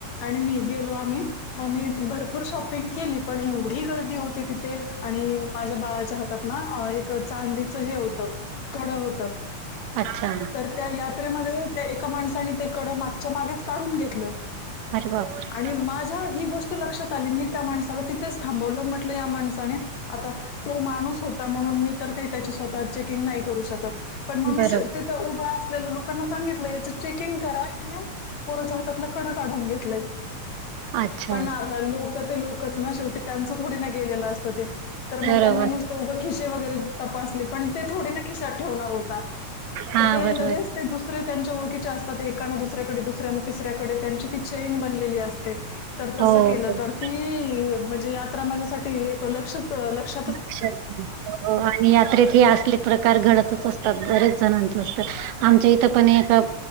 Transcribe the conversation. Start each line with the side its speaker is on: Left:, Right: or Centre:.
Left: आणि मी गेलो आम्ही म मी भरपूर शॉपिंग केली पण एवढी गर्दी होती तिथे आणि माझ्या बाळाच्या हातात ना एक चांदीचं हे होतं कड होत.
Right: अच्छा
Left: तर त्या यात्रेमध्ये त्या एका माणसाने ते कड मागच्या मागेच काढून घेतलं,
Right: अरे बापरे
Left: आणि माझ्या ही गोष्ट लक्षात आली मी त्या माणसाला तिथेच थांबवलं, म्हटलं या माणसाने आता तो माणूस होता म्हणून मी तर काही त्याची स्वतः चेकिंग नाही करू शकत. पण मग मी
Right: बरोबर
Left: तिथं उभा असलेलं लोकांना सांगितलं याच चेकिंग करा, याने पोरोच्या हातातलं कडं काढून घेतलंय.
Right: अच्छा
Left: पण आता लोक ते लोकच ना शेवटी त्यांच थोडी ना गेलेलं असत ते, तर
Right: बरोबर
Left: मग त्यांनी नुस उग खिसे वगैरे तपासले पण ते थोडे ना खिशात ठेवणार होता.
Right: हा
Left: तर ते
Right: बरोबर
Left: लगेच ते दुसरे त्यांच्या ओळखीच्या असतात. एकान दुसऱ्याकडे, दुसऱ्यान तिसऱ्याकडे, त्यांची ती चेन बनलेली असते. तर तसं
Right: हो
Left: केलं तर, ती म्हणजे यात्रा माझ्यासाठी लक्षच- लक्ष
Right: <unintelligible> अ आणि यात्रेत हे असले प्रकार घडतच असतात. बरेच जणांचं असतं. आमच्या इथं पण एका